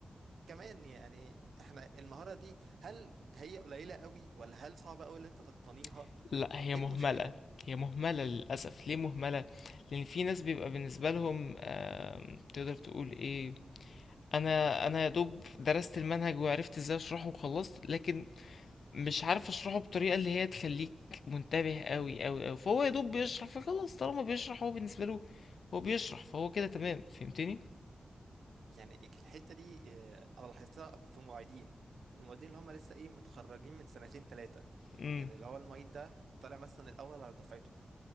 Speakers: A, on the right; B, on the left.
A: كمان يعني احنا المهارة دي هل هي قليلة قوي ولا هل صعبة قوي اللي انت تقتنيها
B: <laughs> لا هي
A: ايه
B: مهملة
A: المشكلة
B: هي مهملة للأسف ليه مهملة لأن في ناس بيبقى بالنسبة لهم آم، تقدر تقول ايه انا انا يا دوب درست المنهج وعرفت ازاي اشرحه وخلصت لكن مش عارف اشرحه بطريقه اللي هي تخليك منتبه قوي قوي قوي فهو يا دوب بيشرح فخلاص طالما بيشرح هو بالنسبه له هو بيشرح فهو كده تمام فهمتني
A: يعني الحتة دي اه، انا لاحظتها في معيدين المعيدين اللي هم لسه ايه متخرجين من سنتين ثلاثة
B: امم
A: يعني اللي هو المعيد ده طالع مثلا الاول على دفعته